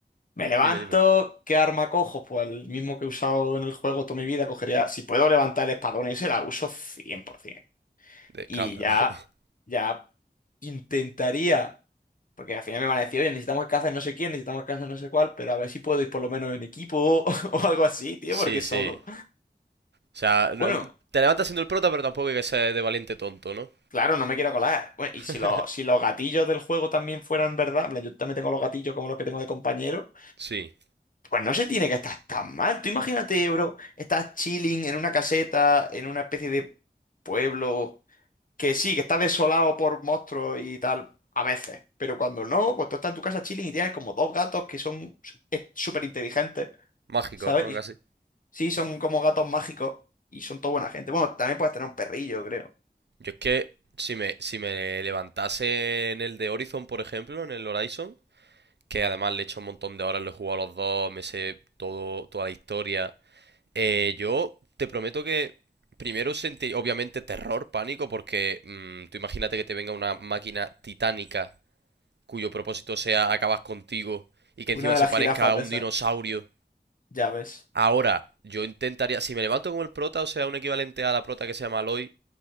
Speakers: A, on the left; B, on the right.
A: Me levanto,
B: dime, dime.
A: ¿qué arma cojo? Pues el mismo que he usado en el juego toda mi vida, cogería, si puedo levantar el espadón ese, la uso 100%.
B: De escándalo.
A: Y ya,
B: <laughs>
A: ya intentaría. Porque al final me van a decir, oye, necesitamos casa en no sé quién, necesitamos casa en no sé cuál, pero a ver si puedo ir por lo menos en equipo <laughs> o, algo así, tío,
B: Sí,
A: porque
B: sí.
A: solo.
B: O sea, no-
A: Bueno,
B: te levantas siendo el prota, pero tampoco hay que ser de valiente tonto, ¿no?
A: claro, no me quiero colar. Bueno, y
B: <laughs>
A: si, los si los gatillos del juego también fueran verdad, en plan, yo también tengo los gatillos como los que tengo de compañero,
B: Sí,
A: pues no se tiene que estar tan mal. Tú imagínate, bro, estás chilling en una caseta, en una especie de pueblo, que sí, que está desolado por monstruos y tal, a veces. Pero cuando no, pues tú estás en tu casa chilling y tienes como dos gatos que son súper inteligentes.
B: mágico,
A: ¿sabes?
B: ¿no?
A: Y-
B: Casi.
A: sí, son como gatos mágicos y son toda buena gente. Bueno, también puedes tener un perrillo, creo.
B: Yo es que si me, si me levantase en el de Horizon, por ejemplo, en el Horizon, que además le he hecho un montón de horas, lo he jugado a los dos, me sé todo, toda la historia. Eh, yo te prometo que primero sentí, obviamente, terror, pánico, porque mm, tú imagínate que te venga una máquina titánica cuyo propósito sea acabar contigo y que encima
A: Una de
B: se
A: las
B: parezca
A: jirafas
B: a
A: de
B: un
A: esas,
B: dinosaurio.
A: ya ves.
B: Ahora, yo intentaría, si me levanto como el prota, o sea, un equivalente a la prota que se llama Aloy,